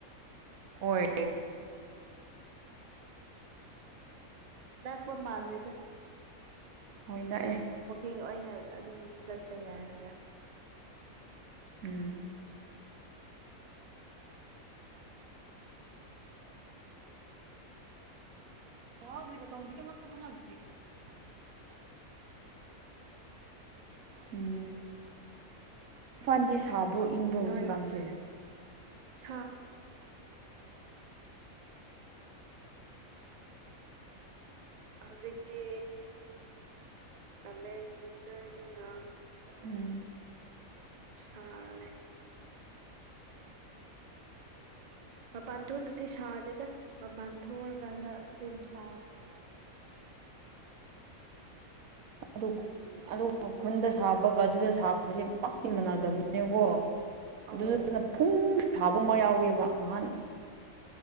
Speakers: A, on the right (about 40°); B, on the right (about 80°).
A: <unintelligible>
B: ꯍꯣꯏ
A: ꯂꯥꯛꯄ ꯃꯥꯜꯂꯤꯗ
B: ꯍꯣꯏ ꯅꯛꯑꯦ
A: ꯋꯀꯤꯡ ꯑꯣꯏꯅ ꯑꯗꯨꯝ ꯆꯠꯄ ꯌꯥꯔꯦꯔꯥ
B: <unintelligible> <unintelligible> ꯎꯝ ꯏꯐꯜꯗꯤ ꯁꯥꯕ꯭ꯔꯣ ꯏꯪꯕ꯭ꯔꯣ
A: ꯅꯣꯏ
B: ꯍꯧꯖꯤꯛꯀꯥꯟꯁꯦ
A: <unintelligible> ꯍꯧꯖꯤꯛꯇꯤ ꯀꯂꯟꯁꯨꯅꯤꯅ
B: ꯎꯝ
A: ꯁꯔꯦ ꯃꯄꯥꯟꯊꯨꯅ ꯑꯗꯨꯗꯤ ꯁꯥꯗꯦꯗ ꯃꯄꯥꯟ ꯊꯣꯛꯑꯀꯥꯟꯗ ꯑꯗꯨꯝ ꯁꯥꯏ
B: ꯑꯗ ꯑꯗꯨꯒ ꯈꯨꯟꯗ ꯁꯥꯕꯒ ꯑꯗꯨꯗ ꯁꯥꯕꯁꯦ ꯄꯥꯛꯇꯤ ꯃꯥꯟꯅꯗꯕꯅꯤꯅꯦꯀꯣ ꯑꯗꯨꯗꯨꯅ
A: ꯑꯧ
B: ꯐꯨꯡ ꯁꯥꯕ ꯑꯃ ꯌꯥꯎꯋꯦꯕ ꯉꯍꯥꯟ